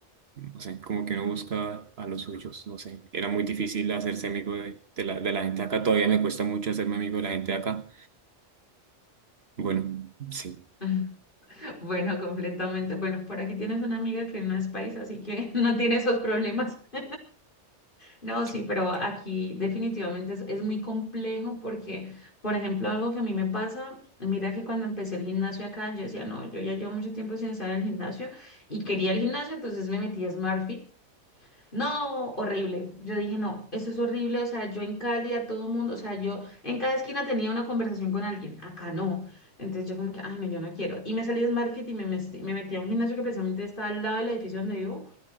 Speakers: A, on the right; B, on the left.
A: no sé, como que uno busca a los suyos, no sé. Era muy difícil hacerse amigo de, de la, de la gente acá, todavía me cuesta mucho hacerme amigo de la gente acá. Bueno, sí,
B: <laughs> <laughs> Bueno, completamente. Bueno, por aquí tienes una amiga que no es paisa, así que <laughs> no tiene esos problemas. <laughs> No,
A: sí,
B: sí, pero aquí definitivamente es, es muy complejo porque, por ejemplo, algo que a mí me pasa, mira que cuando empecé el gimnasio acá, yo decía, no, yo ya llevo mucho tiempo sin estar en el gimnasio y quería el gimnasio, entonces me metí a SmartFit no, horrible. Yo dije, no, eso es horrible. O sea, yo en Cali a todo mundo, o sea, yo en cada esquina tenía una conversación con alguien, acá no. Entonces yo como que, ay, no, yo no quiero. Y me salí de SmartFit y me, mes- me metí a un gimnasio que precisamente está al lado del edificio donde vivo.